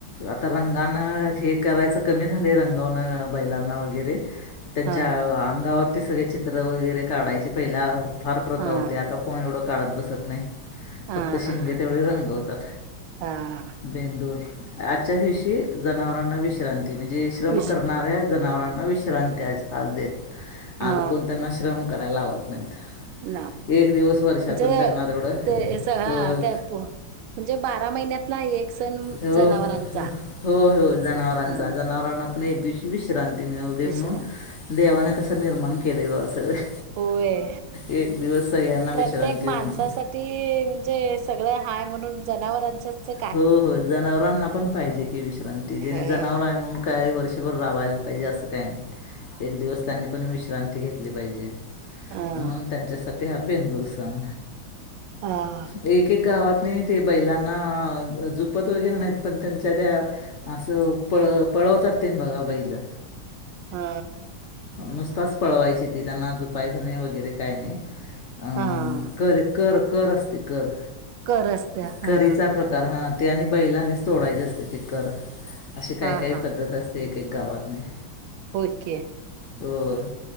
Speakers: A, on the left; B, on the right.
A: आता रंगाण हे करायचं कमी झालयं रंगवण बैलांना वगैरे. त्यांच्या
B: हा
A: अंगावरती सगळे चित्र वगैरे काढायचे पहिला फार प्रथा
B: हा
A: होती, आता कोण एवढं काढत बसत नाही.
B: हा
A: फक्त शिंगे
B: हा हा
A: तेवढे रंगवतात.
B: हा
A: बेंदूर आजच्या दिवशी जनावरांना विश्रांती म्हणजे श्रम
B: विश्रांती
A: करणाऱ्या जनावरांना विश्रांती आज-आज देतात.
B: हा
A: आज कोण त्यांना श्रम करायला लावत नाहीत
B: नाही.
A: एक दिवस वर्षातून
B: ज
A: त्यांना तेवढं
B: ते हेच हा
A: होय
B: टेम्पो म्हणजे बारा महिन्यात ला एक सण
A: हो
B: जनावरांचा
A: हो होय होय जनावरांचा
B: हा
A: जनावरांना पण एक दिवशी विश्रांती मिळु दे
B: विश्रांती
A: म्हणून, देवाने
B: हा
A: कस निर्माण केलंय बघा सगळं.
B: होय,
A: एक दिवस सगळ्यांना
B: प्रत्येक
A: विश्रांती
B: माणसासाठी
A: म्हणून
B: म्हणजे सगळं हाय, म्हणून जनावरांच्याचं
A: हो-हो जनावरांना पण पाहिजे, की विश्रांती ते
B: हे
A: जनावर
B: हा
A: आहे म्हणून काय काही वर्षभर राबवायला पाहिजे, असं काही नाही एक दिवस त्यांनी पण विश्रांती घेतली पाहिजे.
B: हा
A: म्हणून त्यांच्यासाठी हा बेंदूर सण
B: हा
A: एक-एक गावात नाही ते बैलांना झुपत वगैरे नाहीत, पण त्यांच्या त्या असं पळ- पळवतात ते बघा बैलं.
B: हा.
A: नुसताच पळवायची ती त्यांना झुपायचं नाही वगैरे काय नाही. अ
B: हा
A: कर कर कर असते कर.
B: कर असते हा.
A: करीचा प्रकार ते आणि बैलानेच तोडायचे असते ते कर अशी काय
B: हा
A: काय
B: हा
A: पद्धत असते. गावात नाही.
B: होय की.
A: होय,